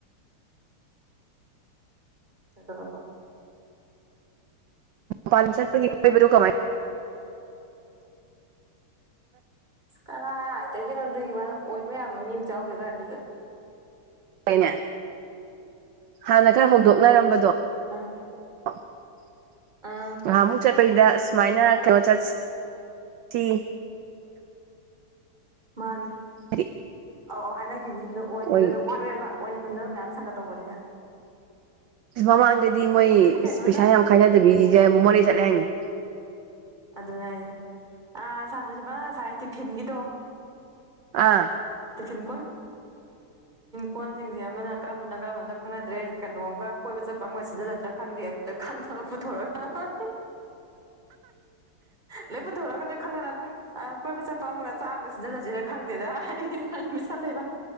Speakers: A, on the right; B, on the right.
A: ꯆꯠꯕ
B: ꯄꯜ ꯆꯕꯔ ꯀꯃꯥꯏ
A: ꯀꯅꯥ ꯍꯥꯏꯇꯥꯒꯤꯅꯣ ꯋꯥꯅ ꯑꯣꯏꯕ ꯌꯥꯕ ꯃꯤꯅ ꯆꯥꯎꯗꯦ ꯑꯗꯨꯋꯥꯏ ꯑꯗꯨꯗ
B: ꯀꯅꯦ ꯍꯥꯟꯅ ꯈꯔ ꯍꯧꯗꯣꯛꯅꯔꯝꯕꯗꯣ
A: ꯑ
B: <unintelligible>
A: ꯑꯥ
B: ꯉꯍꯥꯟꯃꯨꯛ ꯆꯠꯄꯩꯗ ꯑꯁ ꯁꯨꯃꯥꯏꯅ ꯀꯩꯅꯣ ꯆꯠꯁꯤ ꯁꯤ
A: ꯃꯥꯅꯤ
B: ꯍꯥꯏꯗꯤ
A: ꯑꯧ ꯑꯧ ꯍꯥꯏꯅꯈꯤꯕꯅꯤ ꯑꯗꯣ ꯑꯣꯏꯈꯤꯗꯔꯦ
B: ꯑꯣꯏ
A: ꯑꯗꯨꯝ ꯑꯣꯏꯔꯣꯏꯕ ꯑꯣꯏꯅ ꯅꯝꯗꯕꯥ ꯃꯌꯥꯝ ꯁꯪꯒꯇꯧꯕꯅꯤꯅ
B: ꯃꯃꯥꯡꯗꯗꯤ ꯃꯣꯏ
A: ꯀꯩꯅꯣꯅ
B: ꯄꯩꯁꯥ ꯌꯥꯝ ꯈꯥꯏꯅꯗꯕꯤ ꯃꯣꯔꯦ ꯆꯠꯂꯦ ꯍꯥꯏꯅ
A: ꯑꯗꯨꯅꯦ ꯍꯥꯏꯖꯦ ꯑꯥ ꯁꯥꯔ ꯄꯔꯤꯟꯁꯤꯄꯟ ꯉꯁꯥꯏ ꯇꯤꯐꯤꯟꯒꯤꯗꯣ
B: ꯑꯥ
A: <unintelligible> ꯇꯤꯐꯤꯟ ꯀꯣꯟꯁꯤꯡꯁꯦ ꯑꯃꯅ ꯀꯔꯝꯕꯅ ꯀꯔꯝꯕꯅꯝꯗ ꯈꯪꯅꯗ꯭ꯔꯦ ꯀꯩꯅꯣꯝꯒ ꯀꯣꯏꯕ ꯆꯠꯄ ꯑꯃꯒ ꯁꯤꯖꯤꯟꯅꯂꯗ꯭ꯔꯥ ꯈꯪꯗꯦ ꯑꯗꯨ ꯈꯪꯗꯕ ꯄꯨꯊꯣꯔꯑꯣ ꯂꯦꯏ ꯄꯨꯊꯣꯛꯔꯒ ꯂꯣꯏ ꯈꯪꯅꯅꯕ ꯑꯥ ꯀꯣꯏꯕ ꯆꯠꯄ ꯑꯃꯒ ꯆꯥꯛ ꯑꯃꯒ ꯁꯤꯖꯤꯜꯂꯁꯤꯔ ꯈꯪꯗꯦꯗ ꯑꯩ